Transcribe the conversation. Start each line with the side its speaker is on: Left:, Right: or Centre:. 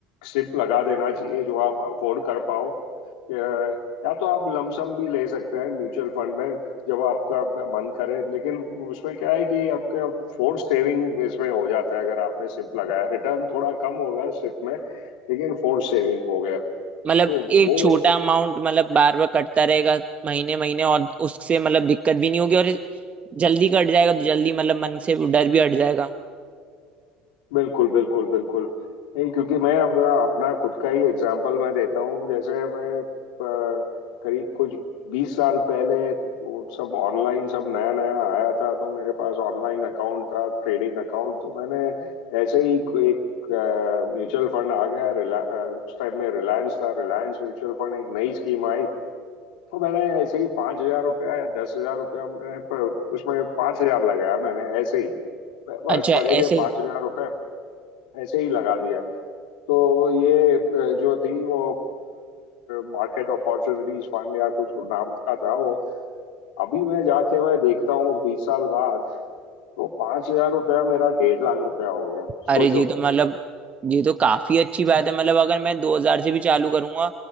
Left: सिप लगा देना चाहिए जो आप अफोर्ड कर पाओ अ, या तो आप लमसम भी ले सकते हैं म्यूचुअल फंड में जब आपका मन करे लेकिन उसमें क्या है कि आपका फोर्स सेविंग इसमें हो जाता है अगर आपने सिप लगाया रिटर्न थोड़ा कम होगा सिप में लेकिन फोर्स सेविंग हो गया तो
Right: मतलब एक
Left: वो
Right: छोटा
Left: एक
Right: अमाउंट मतलब बार बार कटता रहेगा महीने महीने और उससे मतलब दिक्कत भी नहीं होगी और जल्दी कट जाएगा तो जल्दी मतलब मन से वो डर भी हट जाएगा
Left: बिल्कुल, बिल्कुल, बिल्कुल। नहीं, क्योंकि मैं अपना अपना खुद का ही एग्जांपल मैं देता हूँ। जैसे मैं अ, करीब कुछ 20 साल पहले वो सब ऑनलाइन सब नया-नया आया था, तो मेरे पास ऑनलाइन अकाउंट था, ट्रेडिंग अकाउंट, तो मैंने ऐसे ही कोई एक म्यूचुअल फंड आ गया, रिला अ, उस टाइम में रिलायंस था, रिलायंस म्यूचुअल फंड एक नई स्कीम आई, तो मैंने ऐसे ही 5000 रुपया या 10000 रुपया मैंने प- उसमें 5000 लगाया मैंने ऐसे ही। बस
Right: अच्छा
Left: पड़े थे
Right: ऐसे
Left: 5000 ऐसे ही लगा दिया तो ये अ, जो थी वो मार्केट अपॉर्चुनिटीज फंड या कुछ नाम का था वो अभी मैं जाके मैं देखता हूँ बीस साल बाद तो पांच हजार रुपया मेरा डेढ़ लाख रुपया हो गया
Right: अरे
Left: सोचो
Right: जी तो मतलब ये तो काफी अच्छी बात है मतलब अगर मैं दो हजार से भी चालू करूंगा